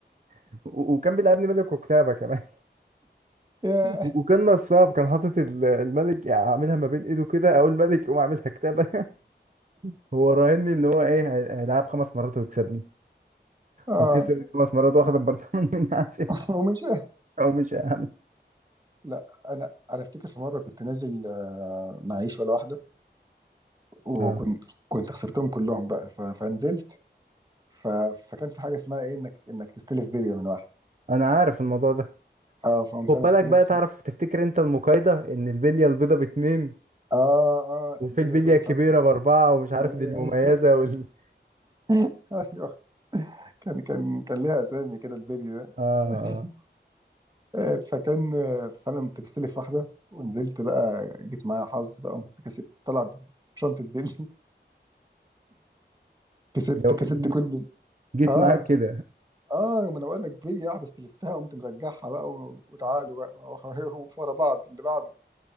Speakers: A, on the right (about 45°); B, on the right (about 20°).
A: <laughs> و- وكان بيلعبني ملك وكتابة كمان
B: يا
A: <laughs> وكان نصاب كان حاطط ال- الملك عاملها ما بين ايده كده او الملك يقوم عاملها كتابة <laughs> هو راهني ان هو ايه هي- هيلعب خمس مرات ويكسبني
B: اه
A: وكسب خمس مرات واخد البرطمان <laughs> من عافية
B: <laughs> ومش
A: او مش اهم
B: لا انا انا افتكر في مره كنت نازل آه، معيش ولا واحده وكنت
A: اه
B: كنت خسرتهم كلهم بقى ف- فنزلت ف... فكان في حاجه اسمها ايه انك انك تستلف بليه من واحد
A: انا عارف الموضوع ده
B: اه فهمت
A: خد
B: انا
A: بالك
B: استلفت
A: بقى تعرف تفتكر انت المقايضة ان البلية البيضة باتنين
B: اه اه
A: وفي
B: بلي
A: البلية
B: بلي
A: الكبيرة
B: مش عارف كان-
A: باربعة ومش عارف
B: ايوه
A: دي المميزة وال <laughs>
B: <laughs> ايوه كان كان كان ليها اسامي كده البلي ده
A: اه اه
B: <laughs> آه، فكان آه، فانا كنت مستلف واحده ونزلت بقى جيت معايا حظ بقى قمت كسبت طلع شنطه بلي <laughs> كسبت
A: لو
B: كسبت
A: ج-
B: كل
A: جيت
B: اه
A: معاك كده
B: اه ما انا بقول لك بلي واحده استلفتها قمت مرجعها بقى و- وتعالوا بقى <laughs> ورا بعض اللي بعده